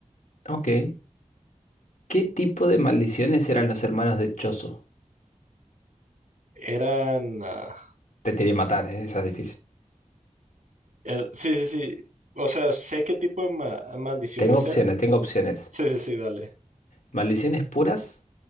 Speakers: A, on the left (about 85°); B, on the right (about 80°).
A: Ok. ¿Qué tipo de maldiciones eran los hermanos de Chozo?
B: Eran, ah,
A: Te tiré matar, ¿eh? Esa es difícil.
B: el- sí, sí, sí. O sea, sé qué tipo de ma- maldiciones
A: Tengo opciones,
B: eran.
A: tengo opciones.
B: Sí, sí, sí, dale.
A: Maldiciones puras,